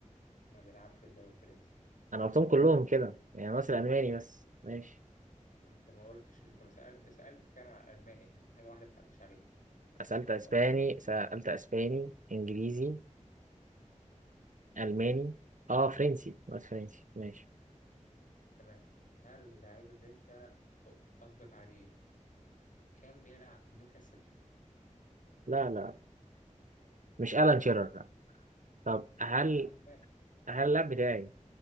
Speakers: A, on the left; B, on the right.
A: ما بيلعبش في الدوري الفرنسي
B: انا قلتهم كلهم كده يعني ناقص الالماني بس ماشي
A: انت ما قلتش انت ما سأل انت سألت فعلا على الالماني انت في حاجة واحدة ما سألتش عليها بس
B: سألت
A: مش موضوع
B: اسباني سألت اسباني انجليزي الماني اه فرنسي بس فرنسي ماشي
A: تمام هل اللعيب اللي انت قصدك عليه كان بيلعب في نيوكاسل
B: لا لا مش الان شيرر لا طب هل
A: ما عشان ماشي
B: هل اللاعب بتاعي